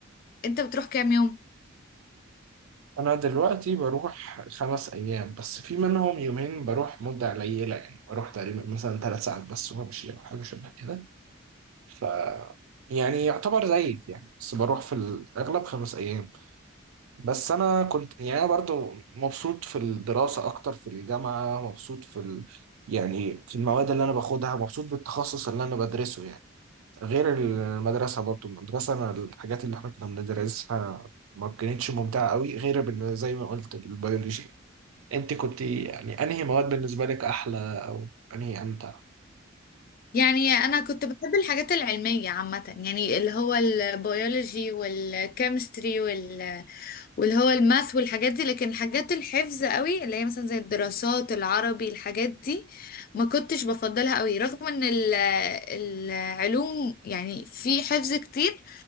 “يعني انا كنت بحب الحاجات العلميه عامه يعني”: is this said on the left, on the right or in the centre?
Left